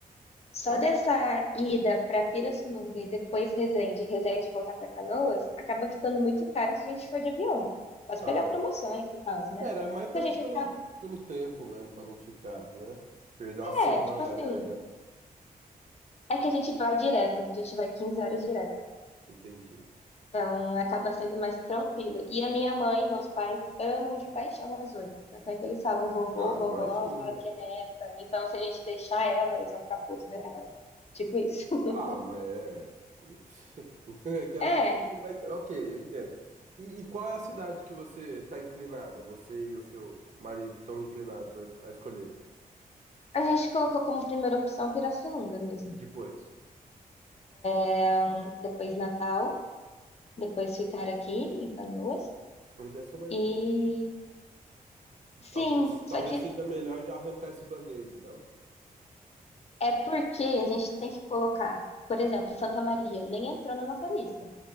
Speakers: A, on the left (about 40°); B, on the right (about 50°).
A: Só
B: tá,
A: dessa ida para Pirassununga e depois Resende, Resende voltar para Canoas, acaba ficando muito caro se a gente for de avião. Pode
B: tá.
A: pegar promoções e tal, né?
B: Era mais
A: Então
B: pelo,
A: a gente
B: pelo,
A: acaba.
B: pelo tempo mesmo, pra não ficar, né? Perder uma semana
A: É, tipo assim.
B: viajando.
A: É que a gente vai direto, a gente vai 15 horas direto.
B: Entendi.
A: Então acaba sendo mais tranquilo. E a minha mãe e meus pais amam de paixão a Zoe. Tanto é que eles falam vovô,
B: Ah,
A: vovó,
B: imagino.
A: fala que é neta.
B: É,
A: Então se a gente deixar ela, eles vão ficar putos, né? Tipo isso. <laughs>
B: Ah, mas é. <laughs> É que às
A: É,
B: vezes. Mas, ok, eu entendo. E, e qual é a cidade que você tá inclinada? Você e o seu marido estão inclinados a, a escolher?
A: a gente colocou como primeira opção Pirassununga mesmo.
B: E depois?
A: Ahn, depois Natal, depois ficar aqui em Canoas.
B: Mas é só mais
A: E
B: um.
A: sim,
B: Talvez, talvez
A: só que
B: seja melhor já arrancar esse band-aid, não?
A: é porque a gente tem que colocar, por exemplo, Santa Maria nem entrou na nossa lista.